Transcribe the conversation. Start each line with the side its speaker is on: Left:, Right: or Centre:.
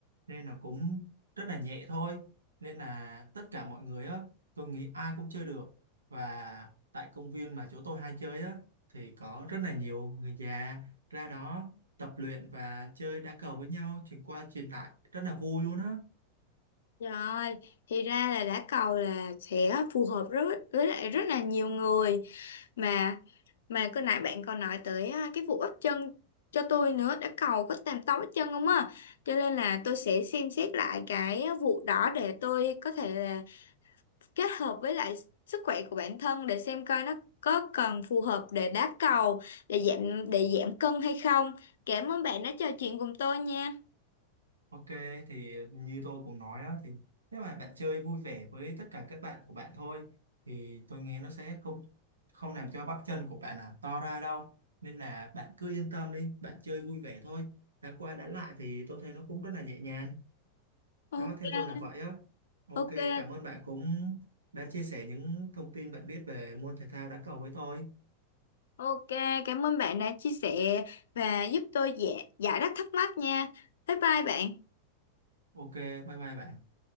Right: nên là cũng rất là nhẹ thôi nên là tất cả mọi người á tôi nghĩ ai cũng chơi được và tại công viên mà chỗ tôi hay chơi á thì có rất là nhiều người già ra đó tập luyện và chơi đá cầu với nhau chuyển qua chuyển lại rất là vui luôn á
Left: Rồi, thì ra là đá cầu là sẽ phù hợp rất với lại rất là nhiều người mà Mà cứ nãy bạn còn nói tới à, cái vụ ấp chân cho tôi nữa đã cầu có tàm tao ấp chân không á cho nên là tôi sẽ xem xét lại cái vụ đó để tôi có thể là kết hợp với lại sức khỏe của bản thân để xem coi nó có cần phù hợp để đá cầu để giảm để giảm cân hay không cảm ơn bạn đã trò chuyện cùng tôi nha
Right: Ok thì như tôi cũng nói đó thì nếu mà bạn chơi vui vẻ với tất cả các bạn của bạn thôi thì tôi nghe nó sẽ không không làm cho bắp chân của bạn à to ra đâu nên là bạn cứ yên tâm đi bạn chơi vui vẻ thôi đã qua đã lại thì tôi thấy nó cũng rất là nhẹ nhàng
Left: ok
Right: đó theo tôi là vậy á ok
Left: ok
Right: cảm ơn bạn cũng đã chia sẻ những thông tin bạn biết về môn thể thao đá cầu với tôi
Left: ok cảm ơn bạn đã chia sẻ và giúp tôi giải giải đáp thắc mắc nha bye bye bạn
Right: ok bye bye bạn